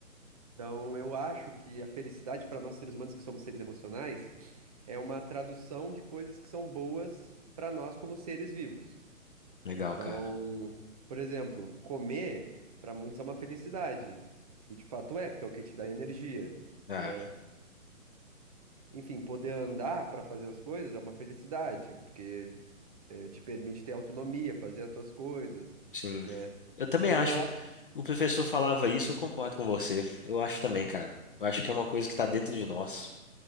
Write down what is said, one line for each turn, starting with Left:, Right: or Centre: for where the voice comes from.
Right: Então, eu acho que a felicidade para nós seres humanos, que somos seres emocionais, é uma tradução de coisas que são boas para nós como seres vivos.
Left: Legal,
Right: Então,
Left: cara.
Right: por exemplo, comer para muitos é uma felicidade. E de fato é, porque é o que te dá energia,
Left: Ah,
Right: né? Enfim, poder andar para fazer as coisas é uma felicidade, porque eh, te permite ter autonomia, fazer as tuas coisas,
Left: Sim.
Right: né?
Left: Eu também
Right: Então,
Left: acho.
Right: eu acho que
Left: O professor falava isso, eu concordo com você. Eu acho também, cara. Eu acho que é uma coisa que tá dentro de nós.